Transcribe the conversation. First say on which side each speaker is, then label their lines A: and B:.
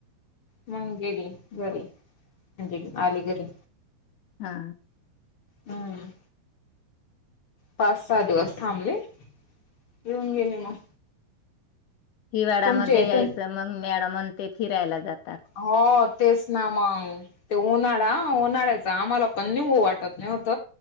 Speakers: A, on the left (about 55°); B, on the left (about 75°).
A: म्हजेली घरी म्हणजे आली घरी
B: हा.
A: हम्म. पाच सहा दिवस थांबले घऊन गेली मग
B: हिवाळा्यामध्ये
A: तुमचे इथून
B: यायचं मग मॅडमण ते फिरायला जात.
A: हो तेच ना मग ते उन्हाळाा उन्हाळ्याच आम्हाला पण नि वाटत नाही होत